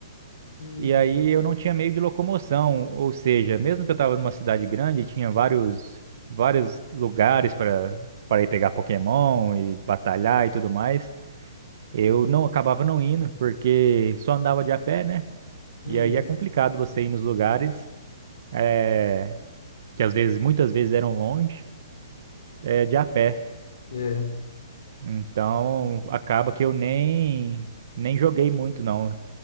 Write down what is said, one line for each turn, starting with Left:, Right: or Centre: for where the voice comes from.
Left: Hum.
Right: E aí eu não tinha meio de locomoção, ou seja, mesmo que eu tava numa cidade grande, tinha vários vários lugares para para ir pegar Pokémon e batalhar e tudo mais. Eu não acabava não indo, porque só andava de a pé, né?
Left: Uhum,
Right: E aí é complicado você ir nos lugares eh, que às vezes, muitas vezes eram longe, eh, de a pé.
Left: é.
Right: Então acaba que eu nem nem joguei muito não.